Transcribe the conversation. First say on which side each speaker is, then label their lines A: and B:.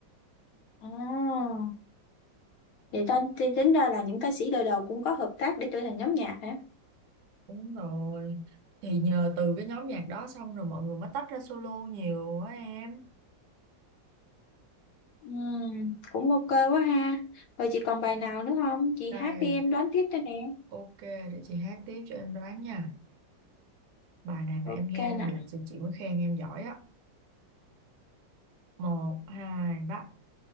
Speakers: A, on the left; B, on the right.
A: ồ thì ta thì tính ra là những ca sĩ đời đầu cũng có hợp tác để trở thành nhóm nhạc hả
B: đúng rồi thì nhờ từ cái nhóm nhạc đó xong rồi mọi người mới tách ra solo nhiều á em
A: Ừm, cũng ok quá ha rồi chị còn bài nào nữa không chị
B: đây
A: hát đi em đoán tiếp cho nè
B: ok để chị hát tiếp cho em đoán nha bài này mà
A: ok
B: em nghe ra
A: nè
B: được thì chị mới khen em giỏi á một hai ba